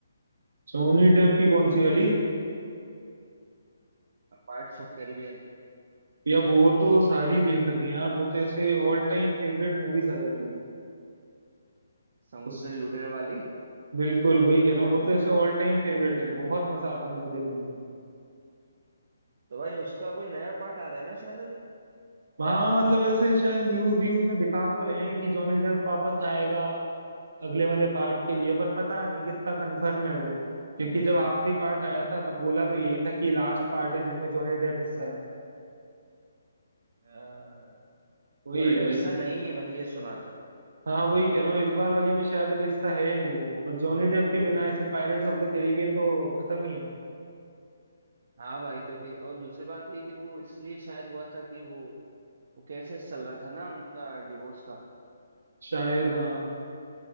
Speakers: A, on the right; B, on the right.
A: सोनी डेप की कौन सी वाली
B: पार्ट्स ऑफ कैरिबियन
A: या वो तो सारी देख रखी है यार वो तो ऐसे ऑल टाइम फेवरेट मूवीज आ जाती हैं
B: समुद्री
A: उस
B: लुटेरे वाली
A: बिल्कुल वही कह रहा हूँ वो तो ऐसे ऑल टाइम फेवरेट है बहुत मजा आता है उनको देखने में
B: तो भाई उसका कोई नया पार्ट आ रहा है ना शायद
A: हाँ मतलब ऐसे शायद न्यूज व्यूज में दिखा तो रहे हैं कि जॉनी डेप वापस आएगा अगले वाले पार्ट के लिए पर पता नहीं कितना कंफर्म है वो क्योंकि जब आखिरी पार्ट आया था तब बोला तो यही था कि लास्ट पार्ट है जिसमें जॉनी डेप हिस्सा है
B: अभी
A: वही
B: जोनी डेप
A: है
B: हिस्सा नहीं है मैंने ये सुना था
A: हाँ वही कह रहा हूँ इस बार वाली में शायद अब हिस्सा है नहीं वो और जॉनी डेप के बिना ऐसे पायरेट्स ऑफ द कैरिबियन तो खत्म ही है
B: हाँ भाई क्योंकि और दूसरी बात ये कि वो इसलिए शायद हुआ था कि वो वो केसेस चल रहा था ना उनका डिवोर्स का
A: शायद हाँ